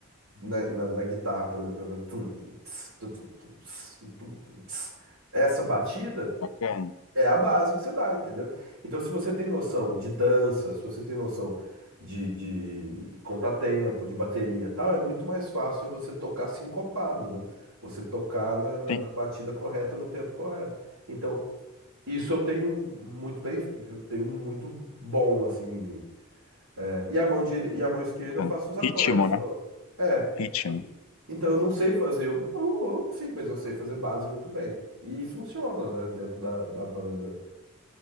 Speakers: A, on the right; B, on the left.
A: na, na, na guitarra, por exemplo, vai tum, tum, tss, tu, tu, tum, tss, tum, tum, tum, tss. Essa batida
B: Bacana.
A: é a base que você dá, entendeu? Então, se você tem noção de dança, se você tem noção de, de contratempo, de bateria e tal, é muito mais fácil você tocar sincopado, né? Você tocar na, na,
B: Sim,
A: na batida correta, no tempo correto. Então, isso eu tenho muito bem, eu tenho muito bom, assim, em mim. É, e a mão dire... e a mão esquerda
B: bacana.
A: eu faço os acordes
B: Ritmo,
A: só.
B: né?
A: É,
B: Ritmo.
A: então eu não sei fazer, eu, eu- eu- sim, mas eu sei fazer base muito bem. E funciona, né, dentro da, da banda.